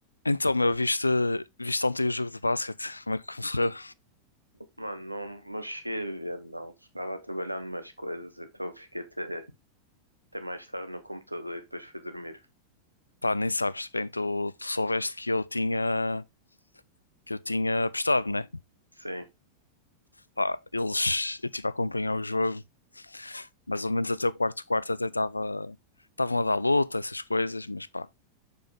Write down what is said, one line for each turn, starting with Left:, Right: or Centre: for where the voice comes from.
Left: Então, meu, viste, viste ontem o jogo de basquete? Como é que correu?
Right: Mano, não, não cheguei a ver, não. Estava a trabalhar numas coisas, então fiquei até, até mais tarde no computador e depois fui dormir.
Left: Pá, nem sabes bem, tu, tu soubeste que eu tinha que eu tinha apostado, né?
Right: Sim.
Left: Pá, eles, eu estive a acompanhar o jogo, mais ou menos até o quarto quarto até estava estavam a dar luta, essas coisas, mas pá,